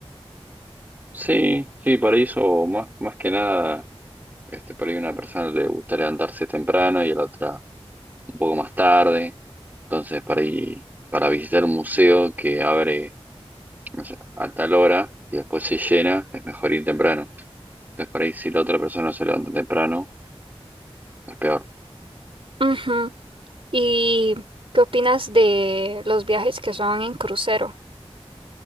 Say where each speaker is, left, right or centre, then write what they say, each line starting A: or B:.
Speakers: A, on the right; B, on the right.
A: sí, sí, para eso, más, más que nada, este, por ahí una persona le gusta levantarse temprano y a la otra un poco más tarde. Entonces, para ir, para visitar un museo que abre, no sé, a tal hora y después se llena, es mejor ir temprano. Entonces, por ahí si la otra persona se levanta temprano Es peor.
B: Ujú. ¿Y qué opinas de los viajes que son en crucero?